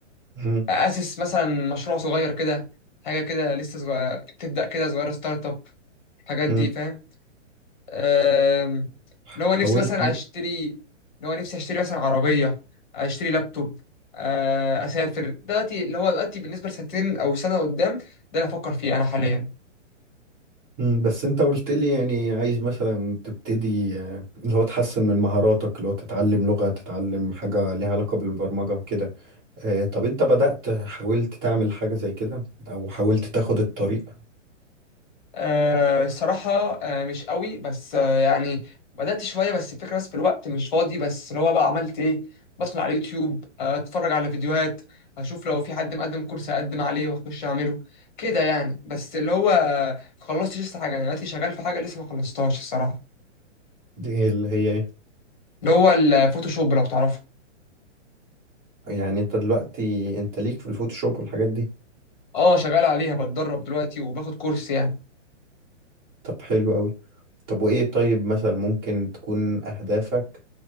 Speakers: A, on the right; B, on the left.
A: مم.
B: اسس مثلا مشروع صغير كده حاجه كده لسه صغير تبدا كده صغيره ستارت اب الحاجات
A: مم.
B: دي فاهم أم، اللي هو
A: حاولت
B: نفسي مثلا اشتري اللي هو نفسي اشتري مثلا عربيه اشتري لابتوب أه، اسافر دلوقتي اللي هو دلوقتي بالنسبه لسنتين او سنه قدام ده اللي افكر فيه انا حاليا
A: مم، بس انت قلت لي يعني عايز مثلا تبتدي آه، اللي هو تحسن من مهاراتك اللي هو تتعلم لغة تتعلم حاجة ليها علاقة بالبرمجة كده آه، طب انت بدأت حاولت تعمل حاجة زي كده او حاولت تاخد الطريق
B: آه الصراحة آه مش قوي بس آه يعني بدأت شوية بس الفكرة بس في الوقت مش فاضي بس اللي هو بقى عملت إيه بدخل على اليوتيوب آه أتفرج على فيديوهات أشوف لو في حد مقدم كورس أقدم عليه وأخش أعمله كده يعني بس اللي هو آه، خلصتش لسه حاجة أنا دلوقتي شغال في حاجة لسه ما خلصتهاش الصراحة
A: دي اللي هي ايه
B: اللي هو الفوتوشوب لو تعرفه
A: يعني انت دلوقتي انت ليك في الفوتوشوب والحاجات دي
B: أه شغال عليها بتدرب دلوقتي وباخد كورس يعني
A: طب حلو قوي طب وايه طيب مثلا ممكن تكون اهدافك